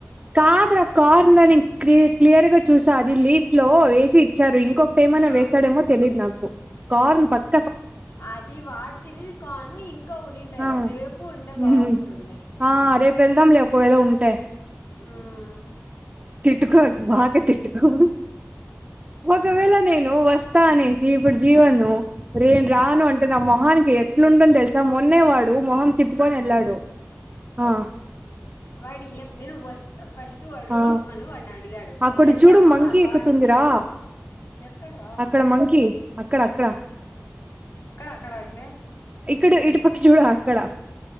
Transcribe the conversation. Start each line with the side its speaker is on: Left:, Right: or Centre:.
Right: కాదురా కార్నర్ న క్ క్లియర్ గా చూసా అది లీఫ్ లో వేసి సారు ఇంకొ ఒకటి ఏమైనా
Left: ఆ
Right: వేస్తాడేమో తెలీయదు నాకు కార్న్ పక్క
Left: అది వాడి తినేది కాను ఇంకా ఉండింటే
Right: ఆ
Left: రేపు ఉంటే బాగుంటుంది
Right: ఉహు ఆ రేపు వెళ్దాంలే ఒకవేళ ఉంటే
Left: ఉమ్
Right: తిట్టుకోబాగా తిట్టుకో ఒకవేళ నేను వస్తా అనేసి ఇప్పుడు జీవను రేను రాను అంటే నా మొహానికి ఎ ఎట్లా ఉంటుంది తెలుసా మొన్నే వాడు మొహం తిప్పుకొని వెళ్ళాడు ఆహా
Left: వాడి ఎ నేను వస్ ఫస్ట్ వాడు
Right: ఆ
Left: ఆకామాలు అన్నాడు దగాడు
Right: అక్కడ
Left: వెళ్దామా
Right: చూడు మంకీ
Left: లాన్
Right: ఎక్కుతుందిరా
Left: కి అని ఎక్కడ రా
Right: అక్కడ మంకీ అక్కడ అక్కడ
Left: అక్కడ అంటే
Right: ఇక్కడ ఇటుపక్క చూడ అక్కడ